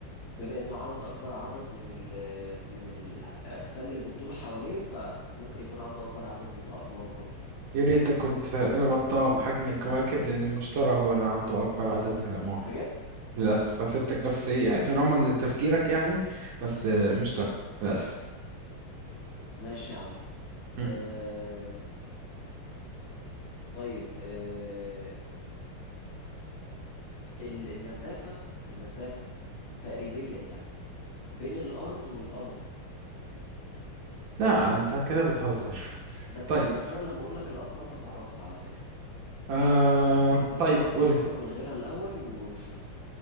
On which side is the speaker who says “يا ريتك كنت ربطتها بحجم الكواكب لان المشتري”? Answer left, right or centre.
Right